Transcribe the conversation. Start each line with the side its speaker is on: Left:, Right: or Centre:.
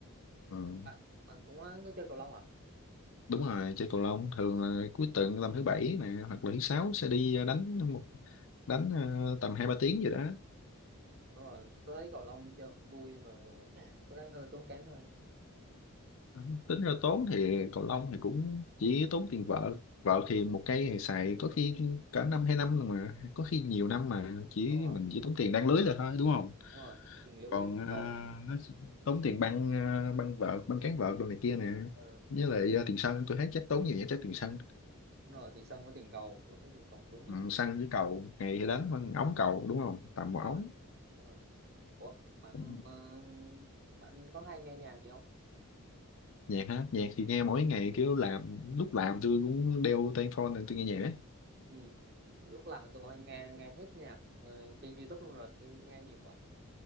Left: ừ.
Right: bạn bạn cũng có có chơi cầu lông à
Left: đúng rồi chơi cầu lông thường là cuối tuần tầm thứ bảy nè hoặc là thứ sáu sẽ đi ờ, đánh một đánh ờ, tầm hai ba tiếng gì đó
Right: đúng rồi tôi thấy cầu lông chơi cũng vui nhưng mà có cái hơi tốn kém thôi
Left: Ừ, tính ra tốn thì cầu lông thì cũng chỉ tốn tiền vợ vợ thì một cây thì xài có khi cả năm hai năm rồi mà có khi nhiều năm mà chỉ
Right: đúng rồi
Left: mình chỉ tốn tiền đan lưới là thôi đúng không
Right: đúng rồi tiền lưới
Left: còn
Right: với tiền
Left: ờ,
Right: cầu
Left: nó tốn tiền băng ờ, băng vợt băng cán vợt đồ này kia nè
Right: Ờ, đúng
Left: với
Right: rồi.
Left: lại ờ, tiền sân tôi thấy chắc tốn nhiều nhất chắc tiền sân
Right: Đúng rồi tiền sân với tiền cầu tôi thấy tiền cầu tốn nhất
Left: ừ, săn với cầu ngày đánh con ống cầu đúng không tầm một
Right: đúng
Left: ống
Right: rồi đúng rồi ủa bạn
Left: Ừ.
Right: ờ, bạn có hay nghe nhạc gì không
Left: nhạc hả nhạc thì nghe mỗi ngày kiểu làm lúc làm tôi cũng đeo tai phone nên tôi nghe nhạc ấy.
Right: ừ. lúc làm tụi con nghe nghe hết nhạc ờ, trên YouTube luôn rồi tôi nghe nhiều quá